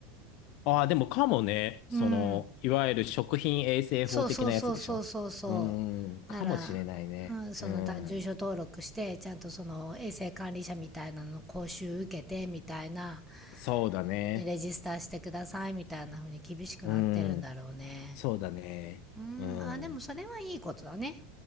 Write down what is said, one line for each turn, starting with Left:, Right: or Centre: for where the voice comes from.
Left: ああ、でもかもね、その、
Centre: うん。
Left: いわゆる食品衛生法的なやつでしょうーん、
Centre: そうそうそうそうそうそ
Left: かもしれないね。
Centre: うなら、うん、そのだ住所登録してちゃんとその衛生管理者みたいなの講習受けてみたいな
Left: うーん、そうだね。
Centre: でレジスターしてくださいみたいな風に厳しくなってるんだろうね
Left: うーん、そうだね。
Centre: うんあでもそれはいいことだね
Left: うーん、うん、